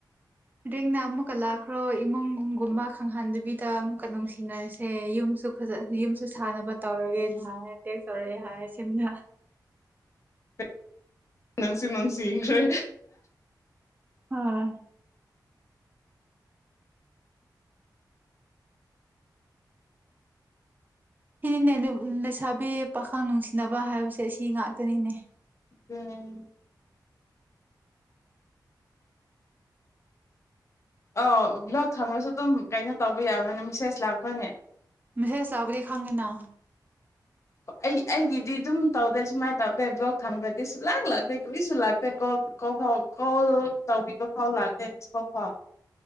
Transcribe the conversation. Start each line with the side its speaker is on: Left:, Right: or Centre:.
Right: ꯔꯦꯡꯅ ꯑꯃꯨꯛꯀ ꯂꯥꯛꯈ꯭ꯔꯣ ꯏꯃꯨꯡꯒꯨꯝꯕ ꯈꯪꯍꯟꯗꯕꯤꯗ ꯑꯃꯨꯛꯀ ꯅꯨꯡꯁꯤꯅꯔꯁꯦ ꯌꯨꯝ ꯨ ꯐꯖ ꯌꯨꯝꯁꯨ ꯁꯥꯟꯅꯕ ꯇꯧꯔꯒꯦꯅ ꯍꯥꯏ ꯇꯦꯛ ꯇꯧꯔꯛꯑꯦ ꯍꯥꯏꯔꯦ ꯁꯤꯝꯅ
Left: <inaudible> ꯅꯪꯁꯤ ꯅꯪꯁꯤ ꯏ꯭ꯔꯦ
Right: ꯍꯣꯏ ꯁꯤꯅꯤꯅꯦ ꯑꯗꯨ ꯂꯩꯁꯥꯕꯤ ꯄꯥꯈꯪ ꯅꯨꯡꯁꯤꯅꯕ ꯍꯥꯏꯕꯁꯦ ꯑꯁꯤ ꯉꯥꯛꯇꯅꯤꯅꯦ
Left: ꯎꯝ ꯑꯧ ꯕ꯭ꯂꯣꯛ ꯊꯝꯂꯁꯨ ꯑꯗꯨꯝ ꯀꯩꯅꯣ ꯇꯧꯕ ꯌꯥꯕꯅꯤꯅ ꯃꯦꯁꯦꯖ ꯂꯥꯛꯄꯅꯦ
Right: ꯃꯦꯁꯦꯖ ꯂꯥꯛꯄꯗꯤ ꯈꯡꯉꯦꯅ
Left: ꯑꯩ ꯑꯩꯒꯤꯗꯤ ꯑꯗꯨꯝ ꯇꯧꯗꯦ ꯁꯨꯃꯥꯏꯅ ꯇꯧꯗꯦ ꯕ꯭ꯂꯣꯛ ꯊꯝꯈ꯭ꯔꯗꯤ ꯁꯨꯡ ꯂꯥꯛ ꯂꯥꯛꯇꯦ ꯀꯔꯤꯁꯨ ꯂꯥꯛꯇꯦ ꯀꯣꯜ ꯀꯣꯜ ꯐꯥꯎ ꯀꯣꯜ ꯇꯧꯕꯤꯕ ꯐꯥꯎ ꯂꯥꯛꯇꯦ ꯃꯤꯁꯀꯣꯜ ꯐꯥꯎ